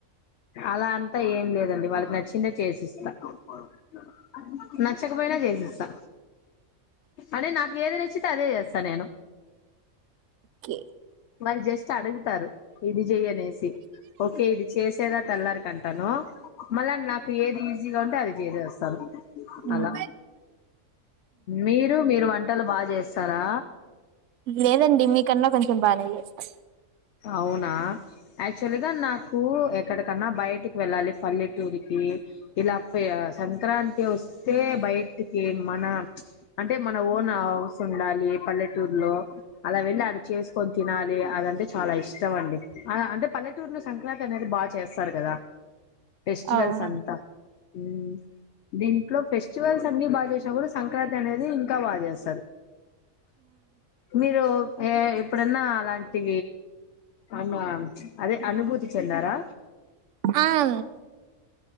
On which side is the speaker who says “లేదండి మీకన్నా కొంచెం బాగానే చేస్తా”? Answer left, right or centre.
Right